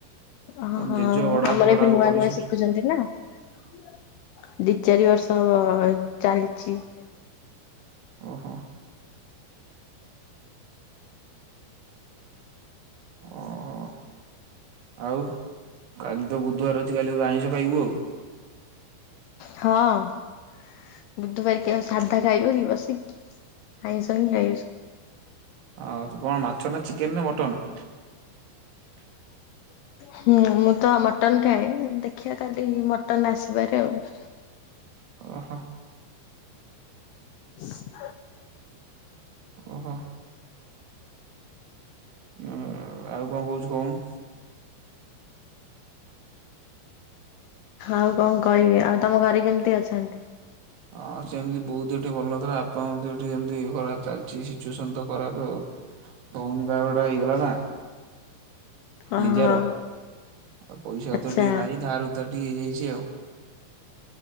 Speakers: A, on the left; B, on the right.
A: ଅ ହ
B: ଜେଜେ
A: ଆମର
B: ବଡବାପା ଫଡବାପା
A: ଏବେ ନୂଆ
B: କରିଛନ୍ତି
A: ନୂଆ ଶିଖୁଛନ୍ତି ନା। ଦି ଚାରି ବର୍ଷ ହବ ଚାଲିଛି।
B: ଓହୋ। ଓ ହୋ ଆଉ କାଲି ତ ବୁଧବାର ଅଛି କାଲି ବୋଧେ ଆଇଁଷ ଖାଇବୁ ଆଉ।
A: ହଁ। ବୁଧବାର କିଏ ଆଉ ସାଧା ଖାଇବ କି ବସିକି ଆଇଁଷ ହିଁ ଖାଇବେ ସବୁ
B: ହ ତୁ କଣ ମାଛ ନା ଚିକେନ ନା ମଟନ। <inaudible>
A: ହୁଁ ମୁଁ ତ ମଟନ ଖାଏ ଦେଖିବା କାଲି ମଟନ ଆସିପାରେ ଆଉ।
B: ଓହୋ।
A: <inaudible>
B: ଓହୋ ଆ ଆଉ କଣ କହୁଛୁ କହୁନୁ।
A: ଆଉ କଣ କହିବି ଆଉ ତମ ଘରେ କେମିତି ଅଛନ୍ତି।
B: ହଁ ସେମିତି ବଉ ଦେହ ଟିକେ ଭଲ ନଥିଲା ବାପାଙ୍କ ଦେହ ଟିକେ ଏମିତି ଖରାପ ଚାଲିଛି ସିଚୁଏସନ ତ ଖରାପ ଆଉ। ଭଉଣୀ ବାହାଘର ଟା ହେଇଗଲା ନା।
A: ହଁ
B: ଲିଜାର
A: ହଁ
B: ଆଉ ପଇସା
A: ଆଚ୍ଛା
B: ପତ୍ର ଟିକେ ନାହିଁ ଧାର ଉଦ୍ଧାର ଟିକେ ହେଇଯାଇଛି। ଝିଅଉ